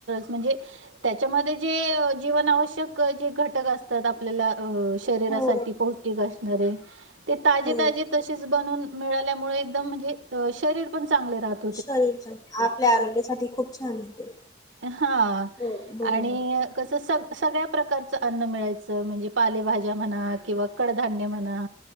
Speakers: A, on the right (about 85°); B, on the left (about 20°).
A: म्हणजे त्याच्यामध्ये जे जीवनावश्यके जे घटक अस तर आपल्याला शरीरा
B: हो.
A: साठी पौष्टिक असणारे ते ताजे
B: हो
A: ताजे तशीच बनून मिळाल्यामुळे एकदम म्हणजे शरीर पण चांगले राहात.
B: शरीर आपल्या आरोग्यासाठी खूप छान ये ते.
A: हा
B: हो बरोबर
A: आणि कसं सग सगळ्या प्रकारचं अन्न मिळायचं म्हणजे पालेभाज्या म्हणा किंवा कडधान्य म्हणा.